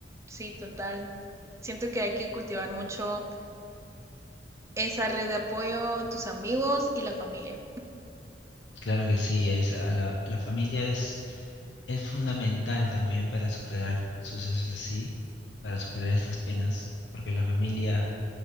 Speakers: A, on the right; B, on the left.
A: sí, total. Siento que hay que cultivar mucho esa red de apoyo, tus amigos y la familia.
B: Claro que sí, es a la, la familia es, es fundamental también para superar sucesos así, para superar estas penas, porque la familia